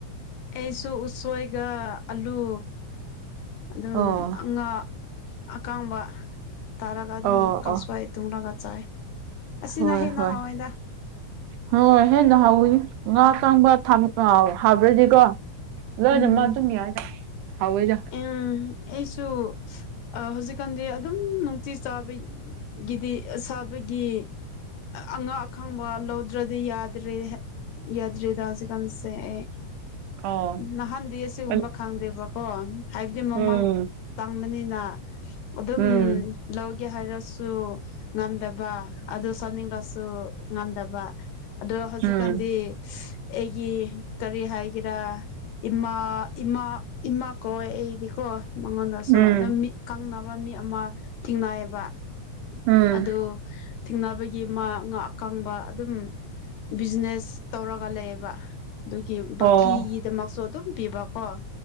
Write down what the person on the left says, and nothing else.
ꯑꯩꯁꯨ ꯎꯁꯣꯏꯒ ꯑꯥꯂꯨ ꯑꯗꯨꯝ
ꯉꯥ ꯑꯀꯥꯡꯕ ꯇꯥꯔꯒ ꯑꯗꯨꯝ
ꯀꯥꯡꯁꯣꯏ
ꯇꯨꯅꯥꯒ ꯆꯥꯏ ꯑꯁꯤꯅ
ꯍꯦꯟꯅ
ꯍꯥꯎꯋꯦꯗ
ꯎꯝ
ꯎꯝ ꯑꯩꯁꯨ ꯑꯥ ꯍꯧꯖꯤꯛꯀꯥꯟꯗꯤ ꯑꯗꯨꯝ ꯅꯨꯡꯇꯤ ꯆꯥꯕꯩ ꯒꯤꯗꯤ ꯑꯁꯥꯕꯒꯤ ꯑꯉꯛ ꯑꯈꯪꯕ ꯂꯧꯗ꯭ꯔꯗꯤ ꯌꯥꯗ꯭ꯔꯦ ꯌꯥꯗ꯭ꯔꯦꯗ ꯍꯧꯖꯤꯛꯀꯥꯟꯁꯦ ꯑꯩ
ꯅꯍꯥꯟꯗꯤ ꯑꯁꯤꯒꯨꯝꯕ
ꯈꯪꯗꯦꯕꯀꯣ ꯍꯥꯏꯕꯗꯤ ꯃꯃꯥꯡ
ꯇꯪꯕꯅꯤꯅ ꯑꯗꯨꯝ
ꯂꯧꯒꯦ ꯍꯥꯏꯔꯁꯨ ꯉꯝꯗꯕ ꯑꯗꯨ ꯊꯣꯅꯤꯡꯔꯁꯨ ꯉꯝꯗꯕ ꯑꯗꯣ ꯍꯧꯖꯤꯛꯀꯥꯟꯗꯤ
ꯑꯩꯒꯤ ꯀꯔꯤ ꯍꯥꯏꯒꯦꯔꯥ ꯏꯃꯥ ꯏꯃꯥ ꯏꯃꯛ ꯀꯣꯏ ꯑꯩꯗꯤꯀꯣ ꯃꯉꯣꯟꯗꯁꯨ
ꯑꯗꯨꯝ ꯃꯤꯠꯟ ꯀꯪꯅꯕ ꯃꯤ ꯑꯃ ꯊꯤꯡꯅꯩꯑꯕ
ꯑꯗꯨ ꯊꯤꯡꯅꯕꯒꯤ ꯃꯥ ꯉꯥ ꯑꯀꯪꯕ ꯑꯗꯨꯝ ꯕꯤꯖꯤꯅꯦꯁ ꯇꯧꯔꯒ ꯂꯩꯌꯦꯕ ꯑꯗꯨꯒꯤ
ꯕꯛꯀꯤꯒꯤꯗꯃꯛꯁꯨ ꯑꯗꯨꯝ ꯄꯤꯕꯀꯣ